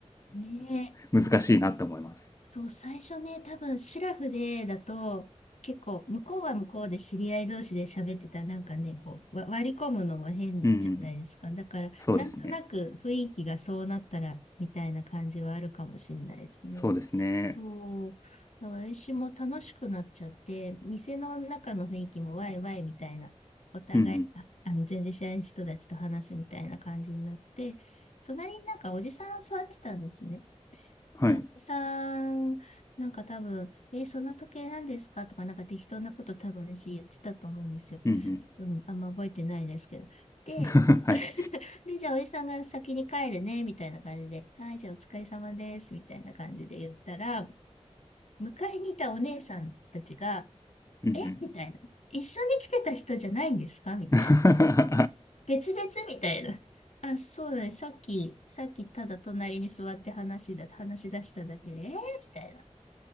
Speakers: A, on the left; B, on the left.
A: ね。
B: 難しいなって思います。
A: そう、最初ね、多分シラフでだと、結構、向こうは向こうで知り合い同士で喋ってたら、なんかね、こう、わ割り込むのは変じゃないですか。
B: うんうん。
A: だから、
B: そうですね。
A: なんとなく雰囲気がそうなったら、みたいな感じはあるかもしれないですね。
B: そうですね。
A: そう。だから私も楽しくなっちゃって、店の中の雰囲気もワイワイみたいな、お互い、
B: うんう
A: あ、あの、全然知らない人たちと話すみたいな感じになって、隣になんかおじさん座ってたんですね。で、
B: ん。はい。
A: おじさん、なんか多分、えーその時計なんですかとか、なんか適当なこと多分私言ってたと思うんですよ。
B: うんう
A: うん、あんま覚えてないですけど。で、
B: ん。<laughs> はい。
A: <laughs> で、じゃあおじさんが先に帰るね、みたいな感じで、はい、じゃあお疲れ様です、みたいな感じで言ったら、迎えにいたお姉さんたちが、
B: うんうん。
A: えみたいな。一緒に来てた人じゃないんですかみたいな。
B: <laughs>
A: 別々みたいな。あ、そうだね。さっき、さっきただ隣に座って話だ、話し出しただけで、えみたいな。